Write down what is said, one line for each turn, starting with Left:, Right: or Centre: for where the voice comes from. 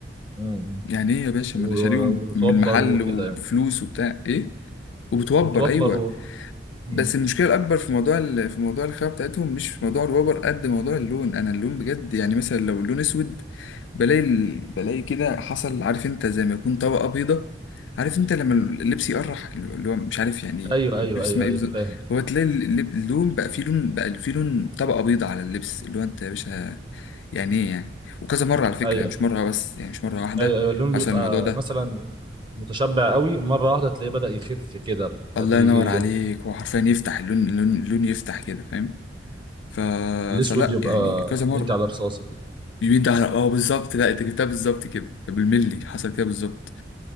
Right: امم
Left: يعني إيه يا باشا
Right: و-
Left: ما أنا شاريهم
Right: وبتوبر
Left: من محل
Right: وكده
Left: وبفلوس
Right: يعني
Left: وبتاع إيه وبتوبر
Right: وبتوبر
Left: أيوه
Right: و... مم.
Left: بس المشكله الاكبر في موضوع ال... في موضوع الخامه بتاعتهم مش في موضوع الوبر قد موضوع اللون انا اللون بجد يعني مثلا لو اللون اسود بلاقي ال... بلاقي كده حصل عارف انت زي ما يكون طبقه بيضه عارف انت لما اللبس يقرح اللي هو مش عارف يعني
Right: ايوه ايوه
Left: مش عارف
Right: ايوه
Left: اسمها ايه
Right: ايوه
Left: بالظبط
Right: فاهم
Left: هو تلاقي ال- ال- اللون بقى فيه لون بقى فيه لون طبقه بيضه على اللبس اللي هو انت يا باشا يعني ايه يعني وكذا مره على فكره
Right: ايوه
Left: يعني مش مره بس يعني مش مره واحده
Right: ايوه ايوه اللون
Left: حصل
Right: بيبقى
Left: الموضوع ده
Right: مثلا متشبع قوي مره واحده تلاقيه بدأ يخف كده
Left: الله
Right: تدريجيا
Left: ينور عليك هو حرفيا يفتح اللون اللون, اللون يفتح كده فاهم ف...
Right: الاسود
Left: فلا
Right: يبقى
Left: يعني كذا مرة
Right: مدي على رصاصي كده
Left: يمين ده على اه بالظبط لا انت جبتها بالظبط كده بالملي حصل كده بالظبط